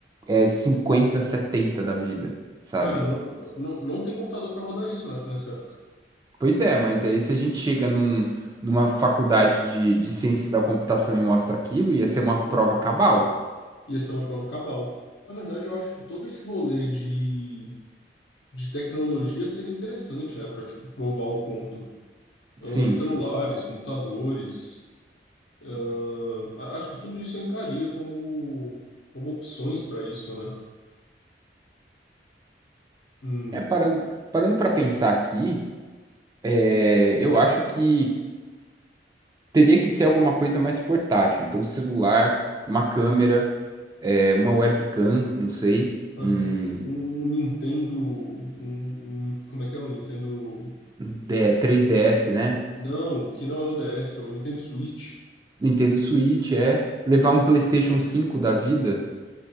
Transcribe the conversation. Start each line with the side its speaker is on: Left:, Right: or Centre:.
Right: é, cinquenta setenta da vida, sabe?
Left: Cara, não, não, não tem computador para rodar isso, né, nessa época.
Right: Pois é, mas aí se a gente chega num, numa faculdade de, de ciências da computação e mostra aquilo, ia ser uma prova cabal.
Left: Ia ser uma prova cabal. Na verdade, eu acho que todo esse rolê de, de tecnologia seria interessante, né, para tipo, provar o ponto. ahn,
Right: Sim.
Left: celulares, computadores. ahn, a- acho que tudo isso entraria como, como opções para isso, né? Hum,
Right: É, parando, parando para pensar aqui, é, eu acho que teria que ser alguma coisa mais portátil. Então, celular, uma câmera, é, uma webcam, não sei,
Left: fábrica-
Right: um
Left: um, um Nintendo. Um, um- como é que é? O Nintendo.
Right: D- 3DS, né?
Left: Não, que não é o DS, é o Nintendo Switch.
Right: Nintendo Switch, é. Levar um PlayStation cinco da vida?